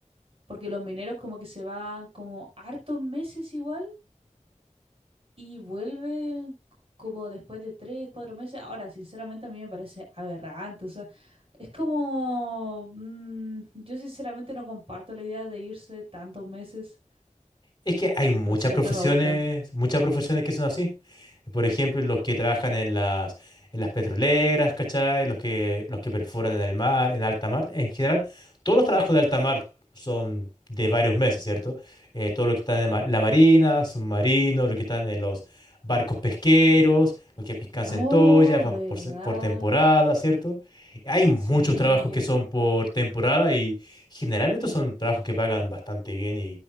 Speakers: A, on the right (about 45°); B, on the left (about 35°).
A: porque los mineros como que se van como hartos meses igual y vuelven c- como después de tres, cuatro meses. Ahora, sinceramente a mí me parece aberrante, o sea, es como... mm, yo sinceramente no comparto la idea de irse tantos meses.
B: Es que hay muchas
A: No sé,
B: profesiones,
A: no me gusta.
B: muchas profesiones que son así. Por ejemplo, los que trabajan en las, en las petroleras, ¿cachai? Los que, los que perforan en el mar, en alta mar. En general, todos los trabajos de alta mar son de varios meses, ¿cierto? Eh, todos los que están en ma- la marina, submarinos, los que están en los barcos pesqueros, los que pescan centollas,
A: Oh,
B: van
A: verdad.
B: por, se- por temporada, ¿cierto? Hay muchos
A: Sí.
B: trabajos que son por temporada y generalmente son trabajos que pagan bastante bien